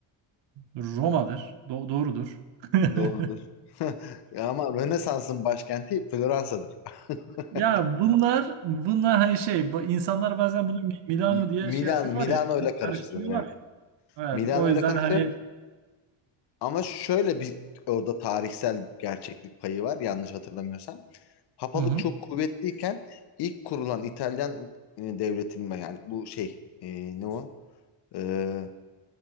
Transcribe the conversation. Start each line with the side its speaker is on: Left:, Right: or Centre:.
Right: Roma'dır. Do- doğrudur. <laughs>
Left: Doğrudur. <laughs> Ama Rönesans'ın başkenti Floransa'dır. <laughs>
Right: Ya bunlar bunlar hani şey bu- insanlar bazen bunu Mi- Milano
Left: M-
Right: diye
Left: Milan,
Right: şey yapıyorlar
Left: Milano
Right: ya kar-
Left: ile karıştırıyorlar
Right: karıştırıyorlar
Left: evet.
Right: ya. Evet
Left: Milano
Right: o yüzden
Left: ile karıştırıyor.
Right: hani
Left: Ama şöyle bir orada tarihsel gerçeklik payı var yanlış hatırlamıyorsam. Papalık
Right: Hı hı.
Left: çok kuvvetliyken ilk kurulan İtalyan e, devletinin yani bu şey e, ne o? E,